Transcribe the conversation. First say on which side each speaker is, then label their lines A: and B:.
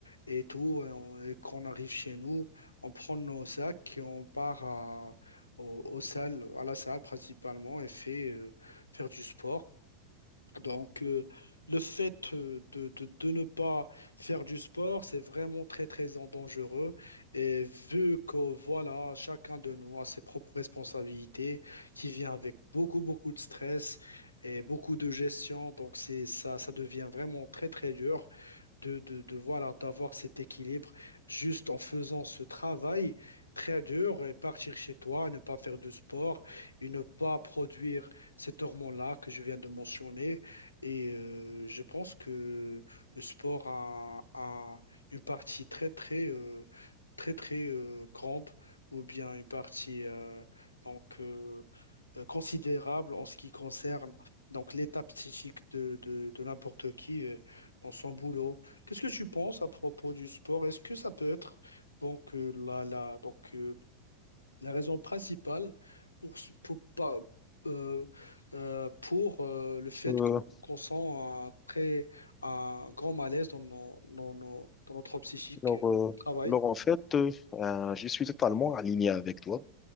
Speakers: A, on the left; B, on the left.
A: et tout, et, on- et qu'on arrive chez nous, on prend nos sacs et on part à, au, au salle, à la salle principalement et fait, euh, faire du sport. Donc, euh, le fait euh, de, de- de ne pas faire du sport, c'est vraiment très, très en dangereux. Et vu que, voilà, chacun de nous a ses propres responsabilités qui vient avec beaucoup, beaucoup de stress et beaucoup de gestion, donc c'est ça, ça devient vraiment très, très dur de, de, de, voilà, d'avoir cet équilibre juste en faisant ce travail très dur et partir chez toi, ne pas faire de sport et ne pas produire cet hormone-là que je viens de mentionner. Et euh, je pense que le sport a, a une partie très, très, euh, très, très euh, grande ou bien une partie euh, donc, euh, euh, considérable en ce qui concerne donc l'état psychique de, de- de n'importe qui euh, dans son boulot. Qu'est-ce que tu penses à propos du sport? Est-ce que ça peut être donc euh, la, la- donc euh, la raison principale pour, ce- pour, pas- euh, euh, pour euh, le fait
B: Euh,
A: qu'on qu'on sent un, très, un grand malaise dans, nos- dans nos- dans notre psychique
B: Alors,
A: euh,
B: euh,
A: travail.
B: alors en fait, euh, euh, je suis totalement aligné avec toi.